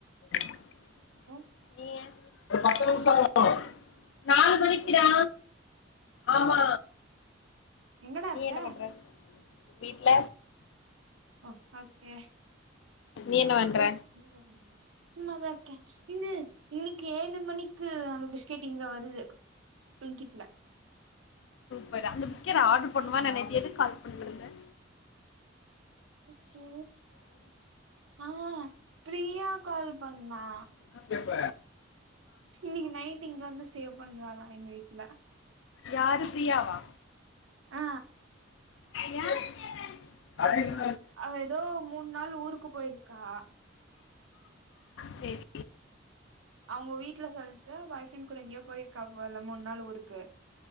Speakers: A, on the left (about 65°); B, on the right (about 85°).
A: <unintelligible>
B: ஹலோ
A: நீயே ஒரு பத்து நிம்ஷோ ஆகுமா நாலு மணிக்குடா ஆமா
B: எங்கடா
A: நீ
B: இருக்க
A: என்ன பண்ற வீட்ல
B: ஓகே
A: நீ என்ன
B: <inaudible>
A: பண்ற
B: சும்மதா இருக்கே இந்து இன்னிக்கு ஏழு மணிக்கு அந்த பிஸ்கெட் இங்க வருது பிலிங்கிட்ல
A: சூப்பர் அந்த பிஸ்கட் ஆர்டர் போடுனுமான்னு நேத்து எதுக்கு கால் பண்ட்ருந்த
B: ச்சோ ஆ பிரியா கால் பண்ணா
A: இன்னா கேப்ப
B: இன்னிக்கி நைட் ட்டு இங்க வந்து ஸ்டே பண்றலா எங்க வீட்ல
A: யாரு பிரியாவா
B: ஆ
A: ஏ
B: அவ எதோ மூன் நாள் ஊருக்கு போயிருக்கா
A: சேரி
B: அவுங்க வீட்டல சொல்ட்டு பாய் ஃப்ரெண்ட் கூட எங்கியோ போயிருக்கா போல மூன் நாள் ஊருக்கு